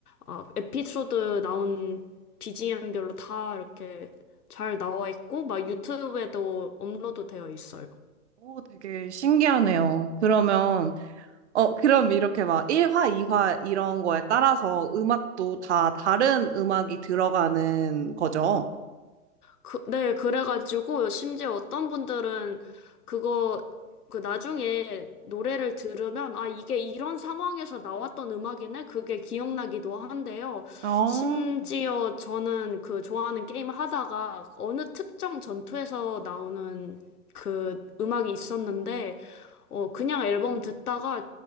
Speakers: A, on the left (about 80°); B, on the right (about 50°).
A: 아, 에피소드 나온 BGM별로 다 이렇게 잘 나와 있고 막 유튜브에도 업로드 되어 있어요.
B: 오, 되게 신기하네요. 그러면, 어, 그럼 이렇게 막 1화, 2화 이런 거에 따라서 음악도 다 다른 음악이 들어가는 거죠?
A: 그, 네, 그래가지고 심지어 어떤 분들은 그거 그 나중에 노래를 들으면 아 이게 이런 상황에서 나왔던 음악이네 그게 기억나기도 한데요.
B: 어,
A: 심지어 저는 그 좋아하는 게임 하다가 어느 특정 전투에서 나오는 그 음악이 있었는데 어 그냥 앨범 듣다가